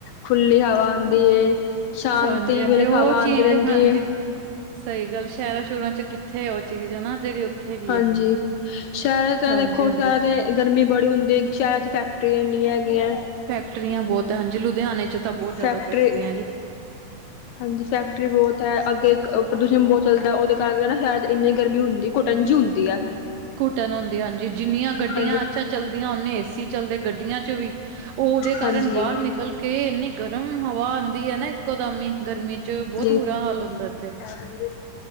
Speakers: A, on the left (about 80°); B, on the right (about 80°).
A: ਖੁੱਲੀ ਹਵਾ ਆਉਂਦੀ ਸ਼ਾਂਤੀ
B: ਹਾਂਜੀ ਹਾਂਜੀ,
A: ਮਤਲਬ
B: ਉਹ
A: ਹਵਾ ਆਉਂਦੀ
B: ਚੀਜ਼
A: ਰਹਿੰਦੀ
B: ਹਾਂਜੀ।
A: ਹੈਏ
B: ਸਹੀ ਗੱਲ ਸ਼ਹਿਰਾਂ ਸ਼ਰਾਂ ਚ ਕਿੱਥੇ ਉਹ ਚੀਜ਼ ਨਾ ਜਿਹੜੀ ਉੱਥੇ ਹੈਗੀ
A: ਹਾਂਜੀ,
B: ਹੈ,
A: ਸ਼ਹਿਰ ਤਾਂ
B: ਹਾਂਜੀ
A: ਦੇਖੋ
B: ਹਾਂਜੀ।
A: ਸ਼ਹਿਰ ਗਰਮੀ ਬੜੀ ਹੁੰਦੀ ਸ਼ਹਿਰਾਂ ਚ ਫੈਕਟਰੀਆਂਨੀ ਹੈਗੀਆਂ।
B: ਫੈਕਟਰੀਆਂ ਬਹੁਤ ਹਾਂਜੀ ਲੁਧਿਆਣੇ ਚ ਤਾਂ ਬਹੁਤ ਜ਼ਿਆਦਾ
A: ਫੈਕਟਰੀ
B: ਫੈਕਟਰੀਆਂ ਜੀ
A: ਹਾਂਜੀ ਫੈਕਟਰੀ ਬਹੁਤ ਹੈ ਅੱਗੇ ਪ੍ਰਦੂਸ਼ਣ ਬਹੁਤ ਚੱਲਦਾ ਉਹਦੇ ਕਾਰਕੇ ਨਾ ਸ਼ਾਇਦ ਇੰਨੀ ਗਰਮੀ ਹੁੰਦੀ ਟੰਜ ਹੁੰਦੀ ਆ
B: ਘੁਟਨ ਹੁੰਦੀ ਹਾਂਜੀ ਜਿੰਨੀਆਂ ਗੱਡੀਆਂ
A: ਹਾਂਜੀ
B: ਅੱਛਾ ਚਲਦੀਆਂ ਓਨੇ ਏਸੀ ਚੱਲਦੇ ਗੱਡੀਆਂ ਚ ਵੀ ਉਹ ਉਹਦੇ ਕਾਰਨ
A: ਹਾਂਜੀ
B: ਬਾਹਰ ਨਿਕਲ ਕੇ ਇੰਨੀ ਗਰਮ ਹਵਾ ਆਉਂਦੀ ਹੈ ਨਾ ਇੱਕੋ ਦਮੀ ਗਰਮੀ ਚ ਬਹੁਤ
A: <unintelligible> ਪੈ
B: ਬੁਰਾ ਹਾਲ ਹੁੰਦਾ ਇੱਥੇ
A: ਜਾਂਦੇ